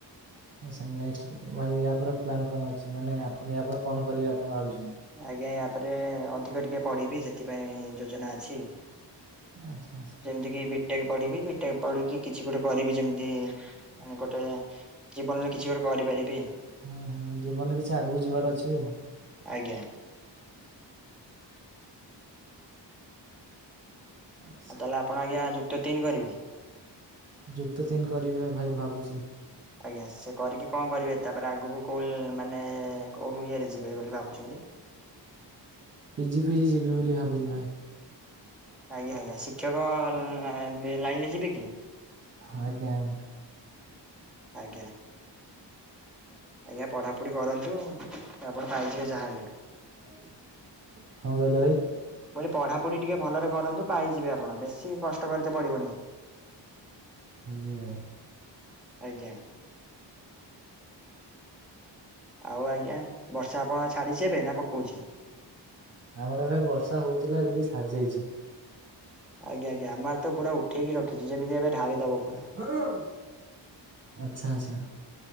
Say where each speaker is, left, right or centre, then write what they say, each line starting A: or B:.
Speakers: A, on the right; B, in the centre.
A: ଆ ସାର୍ ନେକ୍ସଟ ଭାଇ ୟାପରେ ପ୍ଲାନ୍ କଣ ଅଛି ମାନେ ଆପଣ ୟା ପରେ କଣ କରିବେ ଆପଣ ଭାବିଚନ୍ତି।
B: ଆଜ୍ଞା ୟାପରେ ଅଧିକ ଟିକେ ପଢିବି ସେଥିପାଇଁ ଯୋଜନା ଅଛି।
A: ଆଚ୍ଛା ଆଚ୍ଛା
B: ଯେମିତି କି ବି ଟେକ ପଢିବି ବି ଟେକ ପଢିକି କିଛି ଗୋଟେ କରିବି ଯେମିତି ମାନେ ଗୋଟେ ଜୀବନରେ କିଛି ଗୋଟେ କରିପାରିବି।
A: ହୁଁ ହୁଁ ଜୀବନରେ କିଛି ଆଗକୁ ଯିବାର ଅଛି ଆଉ।
B: ଆଜ୍ଞା।
A: <inaudible> ଆଚ୍ଛା
B: ଆ ତାହେଲେ ଆପଣ ଆଜ୍ଞା ଯୁକ୍ତ ତିନି କରିବେ।
A: ଯୁକ୍ତ ତିନି କରିବା ଭାଇ ଭାବୁଚି।
B: ଆଜ୍ଞା ସେ କରିକି କ କରିବେ ତାପରେ ଆଗକୁ କୋଉ ମାନେ କଉ ଇଏରେ ଯିବେ ବୋଲି ଭାବୁଚନ୍ତି।
A: ପିଜି ଫିଜି ଯିବି ବୋଲି ଭାବୁଛି ଭାଇ
B: ଆଜ୍ଞା ଆଜ୍ଞା ଶିକ୍ଷକ ଲ ଲା ଲାଇନରେ ଯିବେ କି?
A: ଆଜ୍ଞା ଆଜ୍ଞା।
B: ଆଜ୍ଞା। ଆଜ୍ଞା ପଢାପଢି କରନ୍ତୁ ଆପଣ ପାଇଯିବେ ଯାହା ହେଲେ।
A: କଣ କହିଲ ଭାଇ?
B: ବୋଲି ପଢ଼ାପଢ଼ି ଟିକେ ଭଲରେ କରନ୍ତୁ ପାଇଯିବେ ଆପଣ ବେଶୀ କଷ୍ଟ କରି ତେ ପଡ଼ିବନି।
A: ହୁଁ ଅ।
B: ଆଜ୍ଞା। ଆଉ ଆଜ୍ଞା ବର୍ଷା ଆପଣ ଛାଡ଼ିଛି ଏବେ ନା ପକଉଛି?
A: ଆମର ଏବେ ବର୍ଷା ହଉଥିଲା ଏବେ ଟିକେ ଛାଡ଼ିଯାଇଛି।
B: ଆଜ୍ଞା ଆଜ୍ଞା ଆମ ଆଡ଼େ ତ ପୁରା ଉଠେଇକି ରଖିଛି ଯେମିତି ଏବେ ଢାଳି ଦବ ପୁରା।
A: ଆଚ୍ଛା ଆଚ୍ଛା।